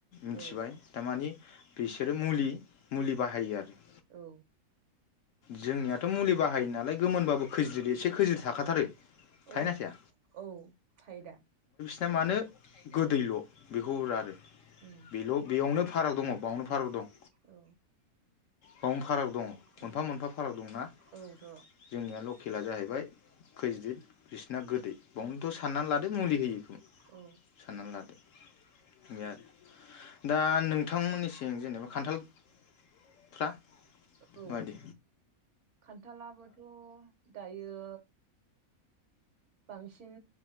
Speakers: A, on the left; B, on the right.
A: मिथिबाय
B: औ
A: थारमानि बिसोरो मुलि मुलि बाहायो आरो
B: औ
A: जोंनियाथ' मुलि बाहायो नालाय गोमोनबाबो खैज्रिद एसे खैज्रिद थाखाथारो थायोना
B: औ
A: थाया
B: औ थायोदा
A: दा मानो गोदैल' बेखौ रां आरो
B: उम
A: बेल' बेयावनो फाराग दङ बावनो फाराग दं
B: औ
A: बावनो फाराग दङ
B: औ
A: मोनफा मोनफा फाराग दंना
B: औथ'
A: जोंनिया ल' खेला जाहैबाय खैज्रिद बिसिना गोदै बावनोथ' साननानै लादो मुलिनि बेखौ
B: औ
A: साननानै लादो बे आरो दा नोंथांमोननिसिं जेनेबा खान्थालफ्रा
B: औ
A: मादि
B: खान्थालाबोथ' दायो यो बांसिन